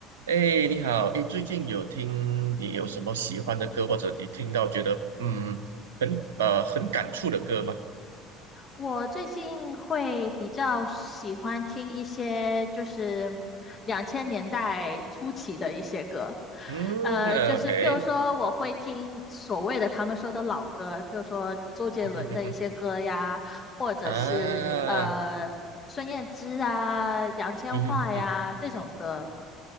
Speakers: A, on the right; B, on the left.
A: 哎，你好，哎，最近有听你有什么喜欢的歌，或者你听到觉得嗯很呃很感触的歌吗？
B: 我最近会比较喜欢听一些就是两千年代初期的一些歌，
A: 嗯
B: 呃，
A: o
B: 就是譬如说我会听所谓的他们说的老歌，
A: k
B: 譬如说周杰伦的一些歌呀，
A: <laughs>
B: 或者是呃孙燕姿啊、
A: 啊，
B: 杨千嬅呀这种歌。
A: 嗯哼哼，